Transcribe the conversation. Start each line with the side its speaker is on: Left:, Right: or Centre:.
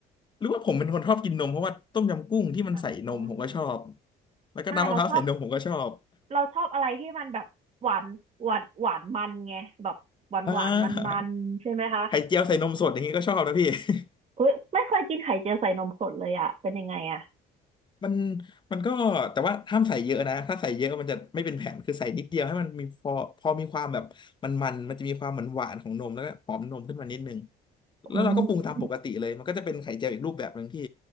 Left: หรือว่าผมเป็นคนชอบกินนมเพราะว่าต้มยำกุ้งที่มันใส่นมผมก็ชอบ
Right: อ่า
Left: แล้วก็น้ำมะพร้าวใส่นมผมก็ชอบ
Right: อ่าเราชอบเราชอบอะไรที่มันแบบหวานหวานหวานมันไงแบบหวานหวานมันมันๆใช่ไหมคะ
Left: <laughs> อ่าไข่เจียวใส่นมสดอย่างนี้ก็ชอบนะพี่ <laughs>
Right: เฮ้ยไม่เคยกินไข่เจียวใส่นมสดเลยอ่ะเป็นยังไงอ่ะ
Left: มันมันก็แต่ว่าห้ามใส่เยอะนะถ้าใส่เยอะมันจะไม่เป็นแผ่นคือใส่นิดเดียวให้มันมีพอพอมีความแบบมันมันมันจะมีความหวานหวานของนมแล้วก็หอมนมขึ้นมานิดนึงแล้วเราก็ปรุงตามปกติเลยมันก็จะเป็นไข่เจียวอีกรูปแบบหนึ่งที่
Right: อืม